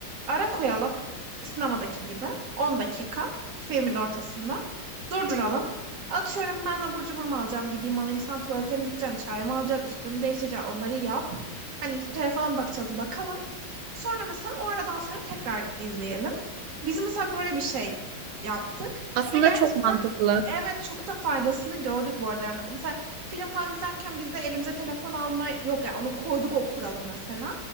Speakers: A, on the right; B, on the right.
A: ara koyalım sinemadaki gibi 10 dakika filmin ortasında durduralım. Atıyorum ben abur cubur mu alacağım gideyim alayım sen tuvalete mi gideceksin çay mı alacaksın üstümü değiştireceksin onları yap. Hani telefona mı bakacağız bakalım. Sonra mesela o aradan sonra tekrar izleyelim. Biz mesela böyle bir şey yaptık
B: Aslında
A: ve gerçekten
B: çok mantıklı.
A: Evet çok da faydasını gördük bu arada yani. Mesela Film falan izlerken biz de elimize telefon alma yok ya. Yani. Onu koyduk o kuralı mesela.